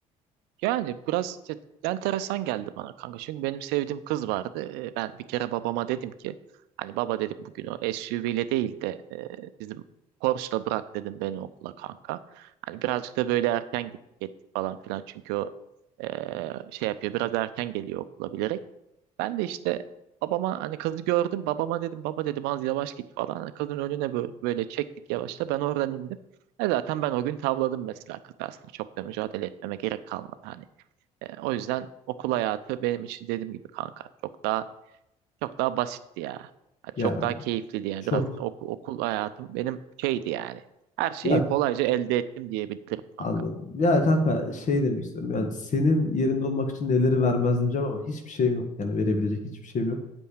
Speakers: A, on the right; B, on the left.
A: Yani biraz te- enteresan geldi bana kanka. Çünkü benim sevdiğim kız vardı. Ee, Ben bir kere babama dedim ki hani baba dedim bugün o SUV ile değil de e, bizim Porsche'la bırak dedim beni okula kanka. Hani birazcık da böyle erken gittik ettik falan filan. Çünkü o e, şey yapıyor biraz erken geliyor okula bilerek. Ben de işte babama hani kızı gördüm. Babama dedim baba dedim az yavaş git falan. Hani Kızın önüne böyle, böyle çektik yavaşta. Ben oradan indim. E zaten ben o gün tavladım mesela kızı aslında. Çok da mücadele etmeme gerek kalmadı. Hani e, o yüzden okul hayatı benim için dediğim gibi kanka çok daha çok daha basitti ya. Ha,
B: Ya
A: Çok daha keyifliydi yani
B: çok
A: biraz okul, okul hayatım benim şeydi yani. Her şeyi
B: ya
A: kolayca elde ettim diyebilirim
B: anladım.
A: kanka.
B: Ya kanka şey demek istiyorum yani senin yerinde olmak için neleri vermezdim diyeceğim ama hiçbir şeyim yok. Yani verebilecek hiçbir şeyim yok.